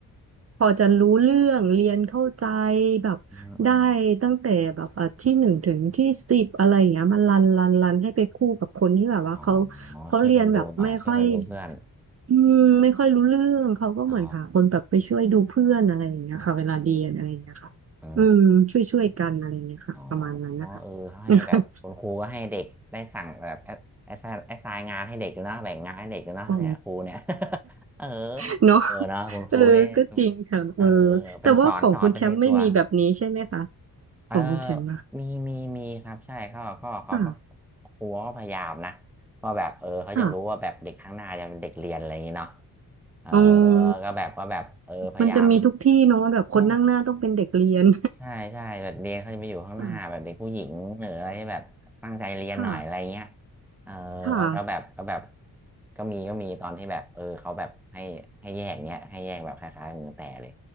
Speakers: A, on the right (about 40°); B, in the centre.
A: พอจะรู้เรื่องเรียนเข้าใจแบบได้ตั้งแต่แบบอ่ะที่หนึ่งถึงที่สิบอะไรอย่างเงี้ยมันรันรันรันให้ไปคู่กับคนที่แบบว่าเขา
B: อืมอืมอ๋อ
A: เขาเรียนแบบไม่ค่อย
B: ช่วยกันดูหน่อยช่วยกันดูเพื่อน
A: อืมไม่ค่อยรู้เรื่องเขาก็เหมือนค่ะคนแบบไปช่วยดูเพื่อนอะไรอย่างเงี้ยค่ะเวลาเรียนอะไรอย่างเงี้ยค่ะอืมช่วยช่วยกันอะไรอย่างเงี้ยค่ะประมาณนั้นนะคะ
B: อ๋อเออ อ๋อเออให้แบบคุณครูก็ให้เด็กได้สั่งแบบแอสแอสไซน์งานให้เด็กด้วยนะแบ่งงานให้เด็กด้วยนะเนี่ยครูเนี่ย
A: <laughs> อ๋อ
B: <laughs> เออ
A: <laughs> เนาะ
B: เออเนอะคุณครูนี่
A: เออก็จริงค่ะเออ
B: เออ
A: แต่ว่าของคุณแชมป์ไม่มีแบบนี้ใช่ไหมคะ
B: เป็นสอนสอนเป็นในตัวเออ
A: ของคุณแชมป์นะ
B: มีมีมีครับใช่เขาก็เขาก็
A: ค่ะ
B: ครูก็พยายามนะก็แบบเออเขาจะรู้ว่าแบบเด็กข้างหน้าจะเป็นเด็กเรียนอะไรอย่างนี้เนาะ
A: ค่ะ
B: เออ
A: อืม
B: ก็แบบว่าแบบเออพยายาม
A: มันจะมีทุกที่เนาะแบบคนนั่งหน้าต้องเป็นเด็กเรียน
B: อ๋อ ใช่ใช่แบบเรียนเขาจะไปอยู่ข้างหน้าแบบเด็กผู้หญิงหรืออะไรที่แบบตั้งใจเรียนหน่อยอะไรเงี้ย
A: <laughs> ค่ะค่ะ
B: เออก็ก็แบบก็แบบ
A: ค่ะ
B: ก็มีก็มีตอนที่แบบเออเขาแบบให้ให้แยกเนี้ยให้แยกแบบคล้ายๆมือแต่เลย